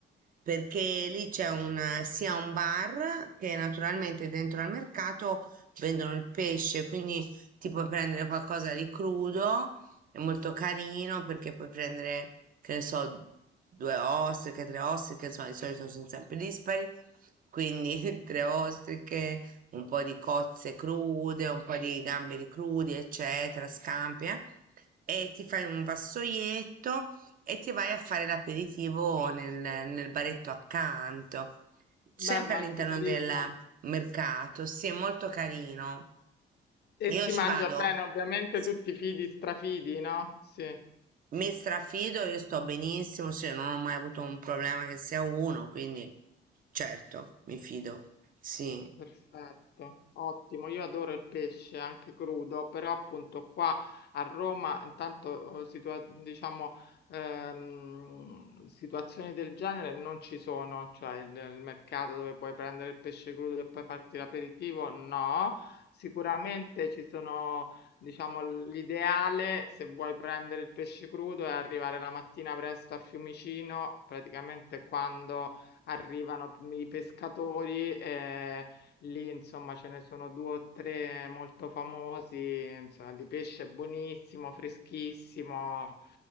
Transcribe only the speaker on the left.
Beh, molto
carino.
E si
mangia
bene, ovviamente
tutti fidi, strafidi, no? Sì.
Perfetto, ottimo. Io adoro il pesce anche crudo, però appunto qua a Roma, intanto eh, situa- diciamo, ehm, situazioni del genere non ci sono, cioè nel mercato dove puoi prendere il pesce crudo e poi farti l'aperitivo, no. Sicuramente ci sono, diciamo, l- l'ideale se vuoi prendere il pesce crudo è arrivare la mattina presto a Fiumicino, praticamente quando arrivano i pescatori. eh, Lì, insomma, ce ne sono due o tre molto famosi, insomma, di pesce buonissimo, freschissimo.